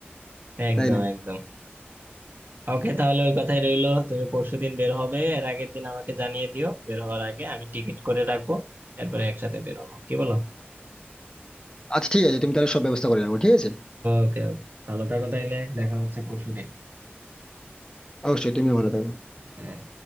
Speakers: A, on the right; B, on the left.
A: একদম
B: তাই না
A: একদম ওকে তাহলে ওই কথাই রইলো তুমি পরশুদিন বের হবে এর আগের দিন আমাকে জানিয়ে দিও বের হওয়ার আগে আমি টিকিট করে রাখবো এরপরে একসাথে বের হবো কি বলো
B: আচ্ছা ঠিক আছে তুমি তাহলে সব ব্যবস্থা করে রাখো ঠিক আছে
A: ওকে ওকে ভালো থাকো তাইলে দেখা হচ্ছে পরশুদিন
B: অবশ্যই তুমিও ভালো থাকো
A: হ্যাঁ